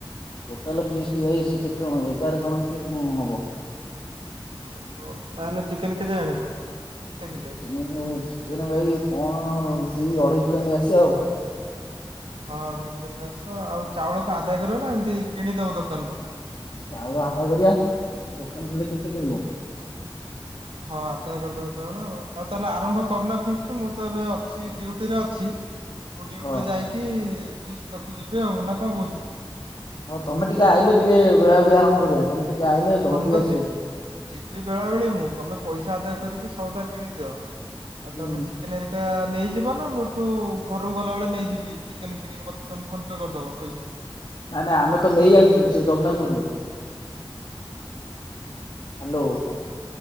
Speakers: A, on the left; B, on the right.
A: ଟୋଟାଲ୍ ଫିସ୍ ଟି ଭାଇ ସିଏ କେତେ ଜଣ ଏଗାର ଜଣ କି ହବ?
B: ଓହୋ ତାହେଲେ ଚିକେନ୍ କେତେ ଆଣିବ? କେତେ କିଲେ?
A: ଚିକେନେ ଚିକେନ୍ ଭାଇ କଣ ଦି ଅଢ଼େଇ କିଲୋ ନେଇଆସିବ ଆଉ।
B: ହଁ ଅଢେ଼ଇ କିଲ ନେଇ ଆସ ଆଉ ଚାଉଳ କଣ ଆଦାୟ କରିବ ନା ଏମିତି କିଣିଦବ ଦୋକାନ ରୁ?
A: ଚାଉଳ ଆଦାୟ କରିବା ଦୋକାନ <unintelligible> କେତେ କିଣିବ?
B: ହଁ ଆଦାୟ କରିଦବା ଚାଉଳ ଆଉ ଆଉ ତାହେଲେ ଆରମ୍ଭ କରୁନା ଫିଷ୍ଟ୍ ମୁଁ ତ ଏବେ ଅଛି ଡିଉଟିରେ ଅଛି ମୁଁ ଡିଉଟିରୁ
A: ହଁ।
B: ଯାଇକି ଫିଷ୍ଟ ପାଖକୁ ଯିବି ଆଉ ନା କଣ କହୁଛୁ?
A: ହଁ ତମେ ଟିକେ ଆଇଲେ ଟିକେ ବେଳାବେେଳି ଆରମ୍ କରିବା ତମେ ଟିକେ ଆଇଲେ
B: ହଁ
A: ଜଲଦି
B: ମୁଁ ତ
A: ଆସିବ
B: ଯିବି
A: ଟିକେ।
B: ଯିବି ବେଳା ବେଳେ ମୁଁ ତମେ ପଇସା ଆଦାୟ କରିକି ସଉଦା କିଣିଦିଅ ଆଉ
A: ହୁଁ
B: ତାପରେ ଚିକେନ୍ ହେରୀ ଟା ନେଇଯିବ ନା ମୁ ଠୁ ଘରକୁ ଗଲାବେେଳେ ନେଇଯିବି? ଚିକେନ୍ କିଣିକି ମତେ ତମେ ଫୋନ୍ ପେ କରିଦବ ପଇସା।
A: ନାଇଁ ନାଇଁ ଆମେ ତ ନେଇ ଆଣିଛୁ ସେ ଜଗନ୍ନାଥପୁରରୁ ହ୍ୟାଲୋ।